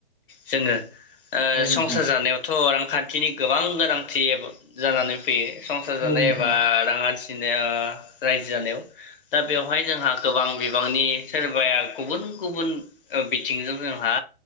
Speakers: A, on the left; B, in the centre.
A: जोङो ओ
B: औ
A: संसार
B: नोंथां
A: जानायावथ रां खान्थिनि गोबां गोनांथि जानानै फैयो। संसार जानाय
B: औ नोंथां
A: एबा रां आरजि औ रायजो जानायाव दा बेवहाय जोंहा गोबां बि बिबांनि सोरबाया गुबुन-गुबुन ओ बिथिंजों जोंहा